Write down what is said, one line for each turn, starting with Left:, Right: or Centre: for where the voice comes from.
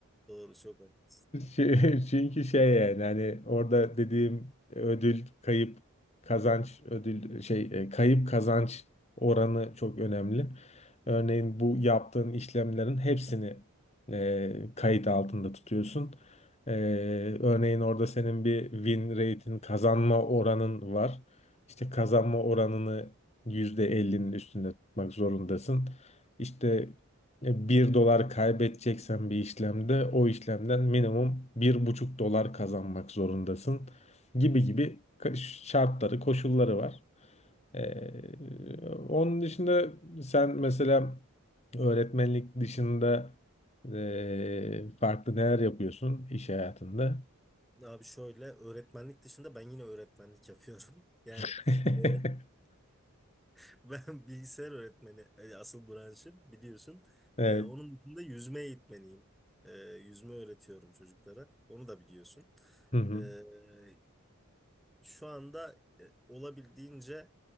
Centre: Doğru, çok haklısın.
Left: Şey- <laughs> Çünkü şey yani hani orada dediğim ödül kayıp kazanç ödül şey e, kayıp kazanç oranı çok önemli. Örneğin bu yaptığın işlemlerin hepsini e, kayıt altında tutuyorsun. E, örneğin orada senin bir win rate'in kazanma oranın var. İşte kazanma oranını yüzde elli'nin üstünde tutmak zorundasın. İşte e, 1 dolar kaybedeceksen bir işlemde o işlemden minimum bir buçuk dolar kazanmak zorundasın gibi gibi ka- şartları, koşulları var. E, onun dışında sen mesela öğretmenlik dışında e, farklı neler yapıyorsun iş hayatında?
Centre: Abi şöyle, öğretmenlik dışında ben yine öğretmenlik yapıyorum. <laughs> Yani
Left: <laughs>
Centre: e, <laughs> ben bilgisayar öğretmeni, e, asıl branşım biliyorsun.
Left: Evet.
Centre: E, onun dışında yüzme eğitmeniyim. E, yüzme öğretiyorum çocuklara. Onu da biliyorsun.
Left: Hı hı.
Centre: E, şu anda e, olabildiğince